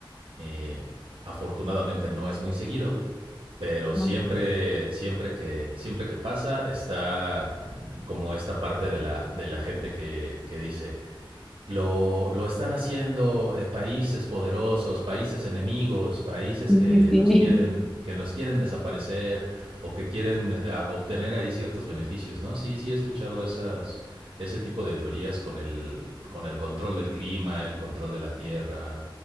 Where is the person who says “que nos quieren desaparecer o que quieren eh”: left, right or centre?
Right